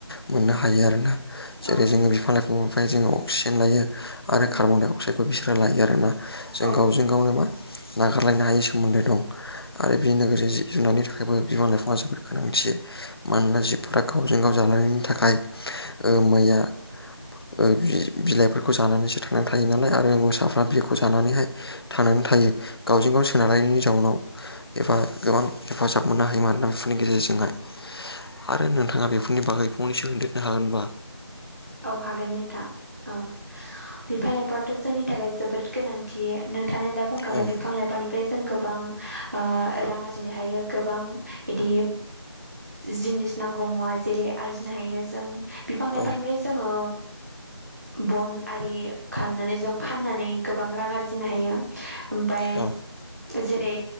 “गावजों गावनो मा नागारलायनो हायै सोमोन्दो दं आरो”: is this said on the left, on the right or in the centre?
Left